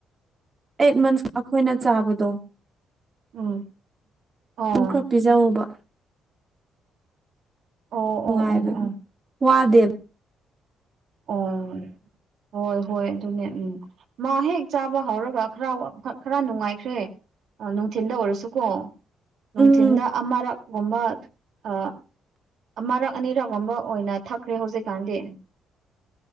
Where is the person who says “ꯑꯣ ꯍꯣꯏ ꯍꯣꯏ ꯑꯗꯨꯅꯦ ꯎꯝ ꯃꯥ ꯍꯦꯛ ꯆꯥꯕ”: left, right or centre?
Right